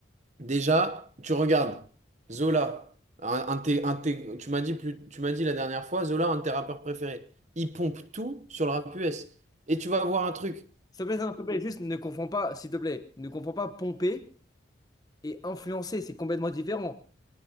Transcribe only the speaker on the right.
déjà, tu regardes Zola, un, un de tes- un de tes- tu m'as dit plus, tu m'as dit la dernière fois, Zola, un de tes rappeurs préférés. Il pompe tout sur le rap US. Et tu vas voir un truc.